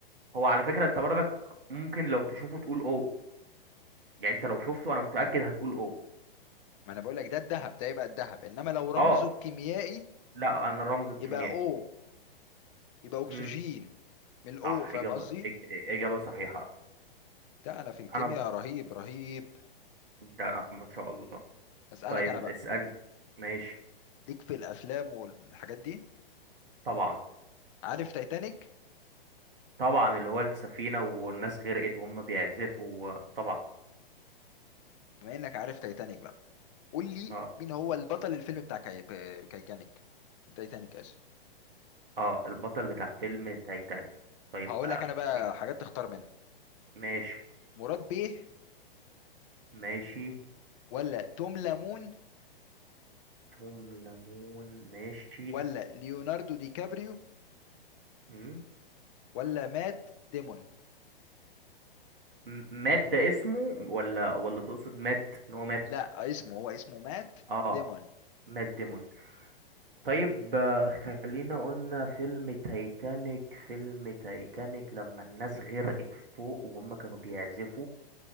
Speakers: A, on the right; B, on the left.
A: هو على فكرة انت برضك ممكن لو تشوفه تقول او يعني انت لو شفته انا متأكد هتقول او
B: ما انا بقول لك ده الذهب ده يبقى الذهب انما لو رمزه
A: اه
B: الكيميائي
A: لا انا رمزه الكيميائي
B: يبقى او يبقى اكسجين
A: امم
B: من الاو
A: صح
B: فاهم
A: اجابة
B: قصدي
A: إج- اجابة صحيحة
B: ده انا في الكيمياء
A: انا
B: رهيب رهيب
A: لا ما شاء الله
B: اسالك
A: طيب
B: انا بقى
A: اسألني ماشي
B: ليك في الافلام والحاجات دي
A: طبعا
B: عارف تايتانيك
A: طبعا اللي هو السفينة والناس غرقت وهم بيعزفوا طبعا
B: بما انك عارف تايتانيك بقى قول لي
A: اه
B: مين هو البطل الفيلم بتاع كاي... ب- كايتانيك تايتانيك اسف
A: اه البطل بتاع فيلم تايتانيك طيب
B: هقول
A: بقى
B: لك انا بقى
A: في
B: حاجات تختار منها
A: ماشي
B: مراد بيه
A: ماشي
B: ولا توم لامون
A: توم ليمون ماشي
B: ولا ليوناردو دي كابريو
A: مم.
B: ولا مات ديمون
A: م- مات ده اسمه ولا ولا تقصد مات ان هو مات
B: لا اسمه هو اسمه مات
A: اه
B: ديمون
A: مات ديمون طيب آه، خلينا قلنا فيلم تايتانيك فيلم تايتانيك لما الناس غرقت فوق وهم كانوا بيعزفوا